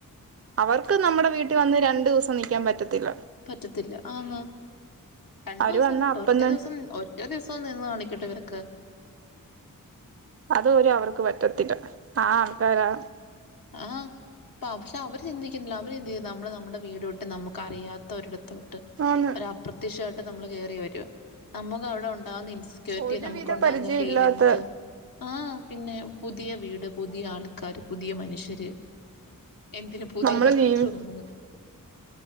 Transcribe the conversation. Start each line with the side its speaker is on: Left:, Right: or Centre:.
Right: അവർക്ക് നമ്മടെ വീട്ടിൽ വന്ന് രണ്ടു ദിവസം നിക്കാൻ പറ്റത്തില്ല
Left: പറ്റത്തില്ല ആന്ന് രണ്ടു
Right: അവര്
Left: ദിവസം
Right: വന്ന
Left: പട്ടോ
Right: അപ്പം
Left: ഒറ്റ
Right: തന്നെ
Left: ദിവസം ഒറ്റ ദിവസം നിന്ന് കാണിക്കട്ടെ ഇവർക്ക്
Right: അത ഒരു അവർക്ക് പറ്റത്തില്ല ആ ആൾക്കാരാ
Left: ആ അ പക്ഷെ അവര് ചിന്തിക്കുന്നില്ല അവര് ചിന്തിക്കുന്ന നമ്മള് നമ്മുടെ വീട് വിട്ട് നമുക്ക്റിയാത്ത ഒരിട തോട്ട്
Right: ആന്ന്
Left: ഒ അപ്രത്യക്ഷയമായിട്ട് നമ്മള് കയറി വരും നമുക്ക് അവിടെ ഉണ്ടാവുന്ന ഇൻസെക്യൂരിറ്റി
Right: ഒരുവിധ
Left: നമുക്കുണ്ടാവുന്ന
Right: പരിചയം
Left: ഫീലിങ്സും
Right: ഇല്ലാത്ത
Left: ആ പിന്നെ പുതിയ വീട് പുതിയ ആൾക്കാര് പുതിയ മനുഷ്യര് എന്തിന് പുതിയ
Right: നമ്മള്
Left: ബാത്റൂം
Right: ജീവി